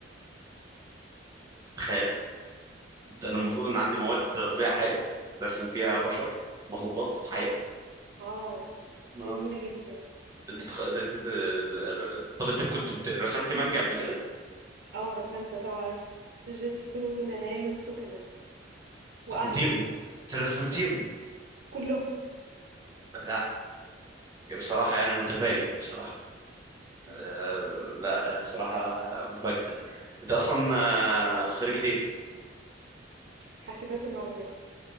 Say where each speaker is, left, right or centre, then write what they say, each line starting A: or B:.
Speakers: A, on the right; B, on the right.
A: تخيل انا المفروض ان عندي مواد طبيعه حيه برسم فيها بشر مخلوقات حيه
B: اه
A: آه.
B: جميلة جدا
A: أنت تخ- أنت- طب انت كنت بت- رسمت مانجا قبل كده
B: اه رسمت طبعا جوجيتسو نانامي وسكنة وانيا
A: رسمتيهم رسمتيهم
B: كلهم
A: لا بصراحه انا متفاجئ بصراحه
B: <laughs>
A: آه، لا بصراحه مفاجئ انت اصلا آه، خريجة ايه
B: حاسبات ومعلومات